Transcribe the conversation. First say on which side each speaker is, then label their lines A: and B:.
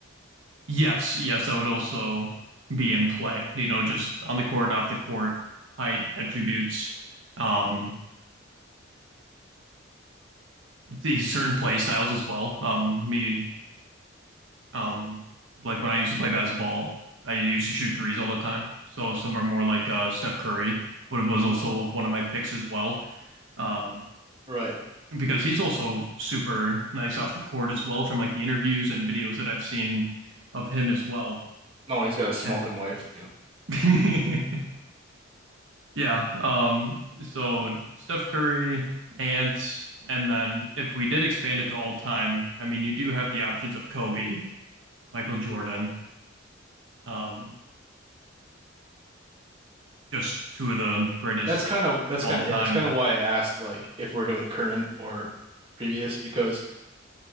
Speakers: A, on the right (about 70°); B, on the right (about 25°).
A: Yes, yes, that would also be in play. You know, just on the court, off the court, height, attributes, um, these certain play styles as well. Um, me, um, like when I used to play basketball, I used to shoot threes all the time. So some are more like uh, Steph Curry, who was also one of my picks as well. Um,
B: Right.
A: because he's also super nice off the court as well from like the interviews and videos that I've seen of him as well.
B: No, he's got a smoking
A: And
B: wife too.
A: <laughs> Yeah. Um, so Steph Curry, Ant, and then if we did expand it to all time, I mean, you do have the options of Kobe, Michael Jordan, um, just two of the greatest
B: That's kind of that's
A: of all
B: kind
A: time.
B: of yeah, it's kind of why I asked like if we're doing current or previous because